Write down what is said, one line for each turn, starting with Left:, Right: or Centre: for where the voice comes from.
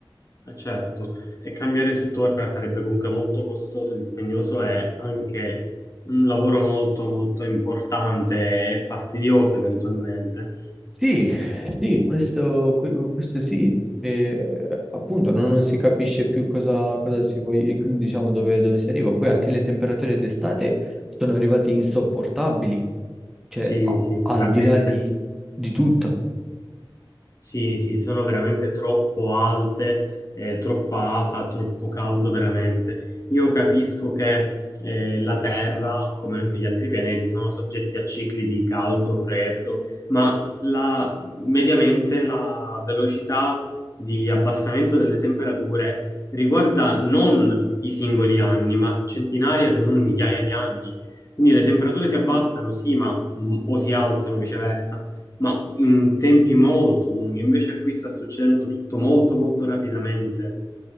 Left: eh, certo. E cambiare tuttora sarebbe comunque molto costoso, dispendioso e anche un lavoro molto molto importante e fastidioso eventualmente.
Centre: Sì, sì, questo, que- questo sì. E, eh, appunto, non, non si capisce più cosa, cosa si voglia, diciamo, dove, dove si arriva. Poi anche le temperature d'estate sono arrivate insopportabili, cioè
Left: Sì,
Centre: a-
Left: sì,
Centre: al
Left: veramente.
Centre: di là di, di tutto.
Left: Sì, sì, sono veramente troppo alte, eh, troppa afa, troppo caldo veramente. Io capisco che eh, la Terra, come anche gli altri pianeti, sono soggetti a cicli di caldo, freddo, ma la- mediamente la velocità di abbassamento delle temperature riguarda non i singoli anni, ma centinaia se non migliaia di anni. Quindi le temperature si abbassano, sì, ma, mm, o si alzano viceversa. Ma in tempi molto lunghi, invece qui sta succedendo tutto molto molto rapidamente